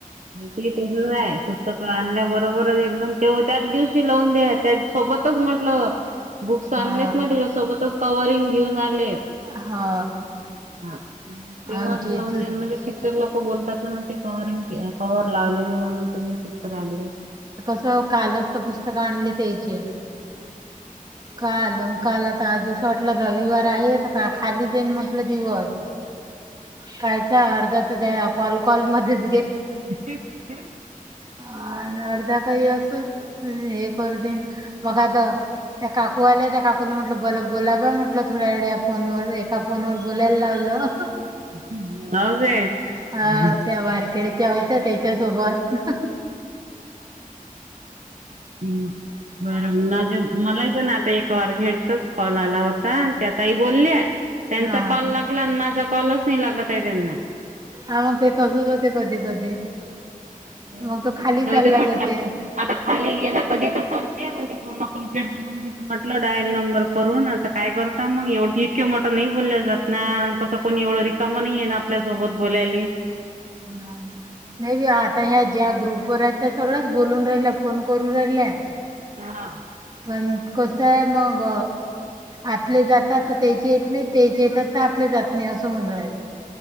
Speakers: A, on the right (about 55°); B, on the right (about 30°).
A: ती तसाच आहे पुस्तक आणल्या बरोबरच एकदम तेव त्याच दिवशी लावून द्या, त्या सोबतच म्हटलं. बुक्स आणलेत
B: हा
A: ना त्याच्यासोबतच कव रींग घेऊन आलेत.
B: हा
A: हा. तेव्हाच
B: आमच्या
A: लावून
B: इथ
A: देण म्हणजे शिक्षक लोक बोलतात ना मगं ते कवरिंग कवर लावले नाही म्हणून तुम्ही पुस्तक आणले.
B: चं कालच पु पुस्तकं आणले त्याचे. काल, काल आता आजचं शेवटल रविवार आहे त का खाली जाईन म्हटलं. दिवस काय त्या अर्ध्या त्या कॉल कॉल मध्येच
A: <inaudible>
B: अ अर्ध्या काही असं हे करतेन बघा आता त्या काक कुवाल्या त्या काकू नी म्हटलं बर बोला ग म्हटलं थोड्या वेळ फोन ह्या वर एका फोन वर बोलायला लावलं.
A: <unintelligible>
B: अ त्या वारखेडच्या होत्या त्याच्या सोबत.
A: हम्म बरं माझ्या मलाही पण आता एक वार घेड. तोच कॉल आला होता त्या ताई बोल्या त्यांचा
B: हा
A: कॉल लागला आणि माझा कॉल कॉलय नही लागत आहे त्यांना.
B: आ मगं तेे तसंच होते कधी कधी.
A: हम्म
B: मग तो खाली
A: आता जाऊदे
B: चालला
A: म्हटलं.
B: जाते.
A: <unintelligible> आता खाली गेला कधी तर करते पण ते पूर्ण, कमप्लीट करून घेत म्हटलं डायल नंबर करून आता. काय करता मग एवढ इतके मोठा नाही बोलल्या जात ना, आमक त कोणी एवढं रिकामा नाहीये ना, आपल्या सोबत बोलायली.
B: नाही बी आता ह्या ज्या ग्रुप वर आहेत त्या सगळ्याच, बोलून राहिल्या फोन करून राहिल्या.
A: हा.
B: पण कसय मग आपले जातात तर त्याचे येत नाही त्याचे येतात तर आपले जात. मी असं म्हणलो नाही.